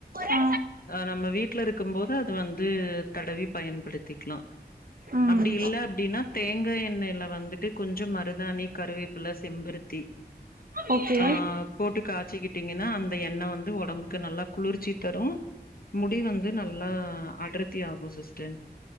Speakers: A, on the right; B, on the left.
A: ஆ
B: ஆ நம்ம வீட்ல இருக்கும்போது அது வந்து தடவி பயன்படுத்திக்லா
A: ம்
B: அப்டி இல்ல அப்டினா தேங்கா எண்ணெய்ல வந்துட்டு கொஞ்சோ மருதாணி கருவேப்புல செம்பருத்தி
A: ஓகே
B: ஆ போட்டு காச்சிக்கிட்டீங்கன்னா அந்த எண்ண வந்து ஒடம்புக்கு நல்லா குளிர்ச்சி தரு முடி வந்து நல்லா அடர்த்தி ஆகு சிஸ்டர்